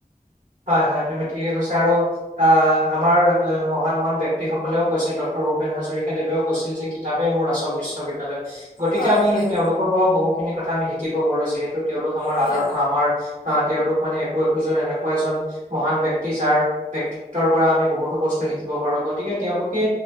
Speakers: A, on the right; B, on the left.
A: হয় হয় তুমি ঠিকে কৈছা আৰু আমাৰ মহান মহান ব্যক্তিসকলেও কৈছে ডক্টৰ ভূপেন হাজৰিকাদেৱেও কৈছিল যে কিতাপেই মোৰ আচল বিশ্ববিদ্যালয় গতিকে
B: হয়
A: আমি
B: হয়
A: তেওঁলোকৰ পৰাও বহুতখিনি কথা আমি শিকিব পাৰো যিহেতু তেওঁলোক আমাৰ
B: হয়
A: আদৰ্শ আমাৰ অ তেওঁলোক মানে একো একোজন এনেকুৱা এজন মহান ব্যক্তি যাৰ ব্যক্তিত্বৰ পৰা আমি বহুতো বস্তু শিকিব পাৰো গতিকে তেওঁলোকে